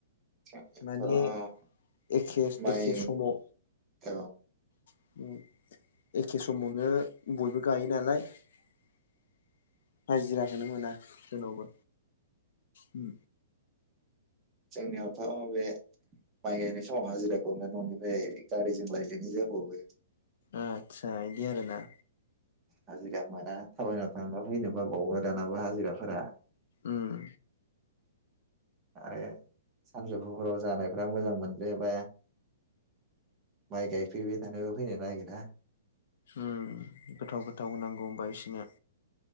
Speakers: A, on the right (about 15°); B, on the left (about 55°).
A: <unintelligible>
B: माने एखे
A: माइ
B: एखे समाव
A: अ
B: <inaudible> एखे समावनो बयबो गायो नालाय <inaudible> हाजिरा खोनो मोना जोनावबो उम
A: जोंनियावथ' बे माइ गायनाय समावहाय हाजिरा खौनौ न'निफ्राय गारिजों लायलायनाय जाबावो।
B: आतसा बिदि आरो ना?
A: हाजिरा मोना थाबायना थांना फैनो बाबावो दानाबा हाजिराफोरा।
B: ओम।
A: आरो <inaudible> सानजुफुफोराव जानायफोरा मोजां मोनजायाबा <inaudible> माइ गायफैबाय थानोबो फैनो बायो ना।
B: ओम गोथाव गोथाव होनांगौ होमबा बिसनो